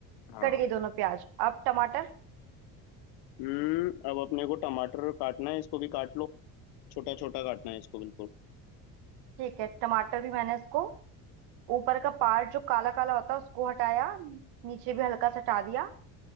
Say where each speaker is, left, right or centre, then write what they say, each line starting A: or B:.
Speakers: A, on the left; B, on the right.
A: हाँ
B: कट गई दोनों प्याज अब टमाटर
A: हम्म अब अपने को टमाटर काटना है इसको भी काट लो छोटा छोटा काटना है इसको बिल्कुल
B: ठीक है टमाटर भी मैंने इसको ऊपर का पार्ट जो काला काला होता है उसको हटाया नीचे भी हल्का सा हटा दिया